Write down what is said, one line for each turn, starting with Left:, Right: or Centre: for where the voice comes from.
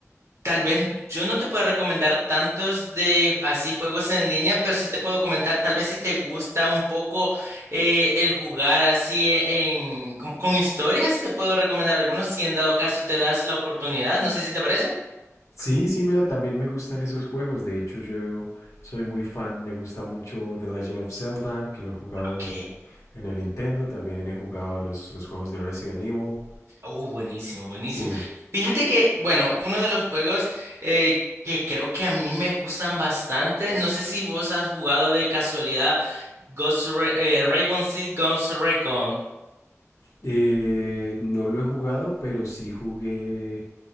Right: tal vez yo no te puedo recomendar tantos de así juegos en línea, pero sí te puedo comentar, tal vez si te gusta un poco eh, el jugar así e- en, con, con historias, te puedo recomendar algunos si en dado caso te das la oportunidad. No sé si te parece.
Left: Sí, sí, mira, también me gustan esos juegos. De hecho, yo soy muy fan, me gusta mucho The Legend of Zelda, que lo he jugado
Right: Ok.
Left: en el, en el Nintendo. También he jugado los, los juegos de Resident Evil.
Right: Oh, buenísimo, buenísimo.
Left: Sí,
Right: Fíjate que, bueno, uno de los juegos eh, que creo que a mí me gustan bastante, no sé si vos has jugado de casualidad Ghost Ra- eh, Rainbow Six Ghost Recon.
Left: eh, no lo he jugado, pero sí jugué